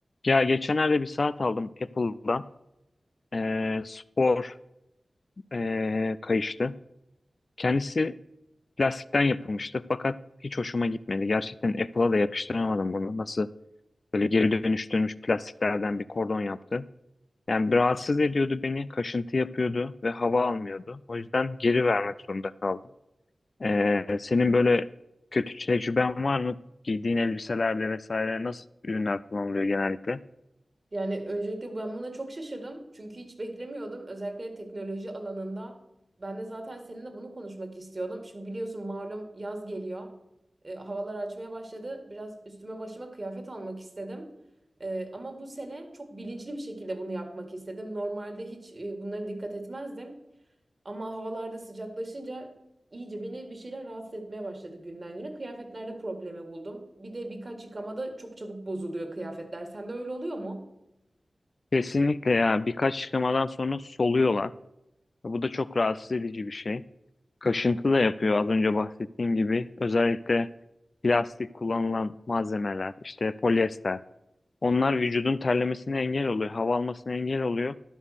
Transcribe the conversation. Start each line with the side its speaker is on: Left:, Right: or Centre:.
Left: Ya geçenlerde bir saat aldım Apple'da. Ee, spor ee, kayıştı. Kendisi plastikten yapılmıştı fakat hiç hoşuma gitmedi. Gerçekten Apple'a da yakıştıramadım bunu. Nasıl böyle geri dönüştürülmüş plastiklerden bir kordon yaptı. Yani bir rahatsız ediyordu beni, kaşıntı yapıyordu ve hava almıyordu. O yüzden geri vermek zorunda kaldım. Ee, senin böyle kötü tecrüben var mı? Giydiğin elbiselerde vesaire nasıl ürünler kullanılıyor genellikle?
Right: Yani öncelikle ben buna çok şaşırdım. Çünkü hiç beklemiyordum. Özellikle teknoloji alanında. Ben de zaten seninle bunu konuşmak istiyordum. Şimdi biliyorsun malum yaz geliyor. E, havalar açmaya başladı. Biraz üstüme başıma kıyafet almak istedim. E, ama bu sene çok bilinçli bir şekilde bunu yapmak istedim. Normalde hiç e, bunlara dikkat etmezdim. Ama havalarda sıcaklaşınca iyice beni bir şeyler rahatsız etmeye başladı günden güne. Kıyafetlerde problemi buldum. Bir de birkaç yıkamada çok çabuk bozuluyor kıyafetler. Sende öyle oluyor mu?
Left: Kesinlikle ya birkaç çıkamadan sonra soluyorlar. Bu da çok rahatsız edici bir şey. Kaşıntı da yapıyor az önce bahsettiğim gibi. Özellikle plastik kullanılan malzemeler, işte polyester. Onlar vücudun terlemesine engel oluyor, hava almasına engel oluyor.